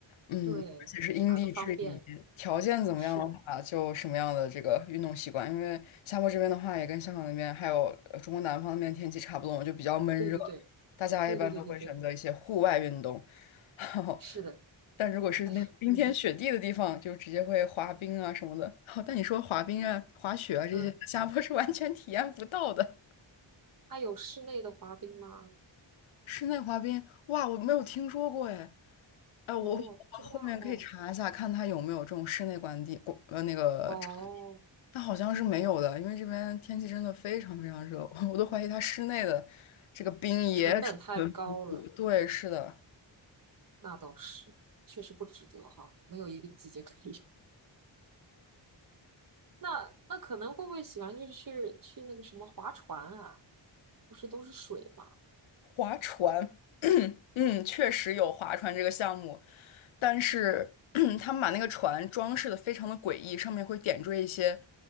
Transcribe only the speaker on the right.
对，
哪个方便？
是，
对对对。
对对对对对，
是的，
哎呀，嗯
嗯，
它有室内的滑冰吗？
哦，真的吗？哦
哦，
成本太高了，
那倒是，确实不值得哈，没有一个季节可以有。那那可能会不会喜欢就是去去那个什么划船啊？不是都是水嘛？